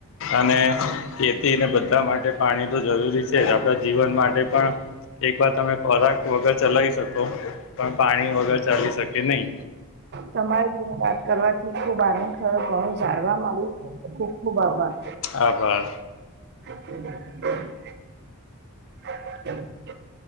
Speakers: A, on the left; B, on the right.
A: અને ખેતીને બધા માટે પાણી તો જરૂરી છે જ આપણા જીવન માટે પણ એક વાર તમે ખોરાક વગર ચલાવી શકો પણ પાણી વગર ચાલી શકે નહી.
B: તમારી જોડે વાત કરવાથી ખુબ આનંદ ઘણું ઘણું જાણવા મળ્યું ખૂબ ખુબ આભાર.
A: આભાર
B: હ <unintelligible> <inaudible>